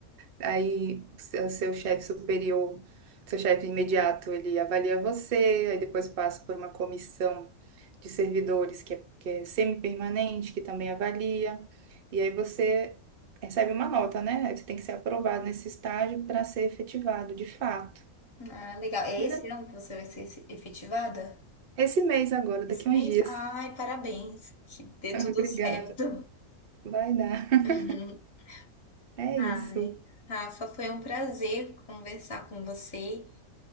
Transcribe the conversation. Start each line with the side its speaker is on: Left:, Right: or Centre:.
Right: Aí o seu, seu chefe superior, seu chefe imediato, ele avalia você, aí depois passa por uma comissão de servidores que é, que é semi-permanente, que também avalia, e aí você recebe uma nota, né? Aí Você tem que ser aprovado nesse estágio para ser efetivado de fato.
Left: Ah, legal. É
Right: Mas
Left: esse
Right: é
Left: ano que você vai ser se- efetivada?
Right: esse mês agora,
Left: Esse
Right: daqui
Left: mês?
Right: a uns dias.
Left: Ai, parabéns. Que dê
Right: <laughs>
Left: tudo
Right: Obrigada.
Left: certo.
Right: Vai dar. <laughs>
Left: <laughs>
Right: É
Left: Ai,
Right: isso.
Left: Rafa, foi um prazer conversar com você.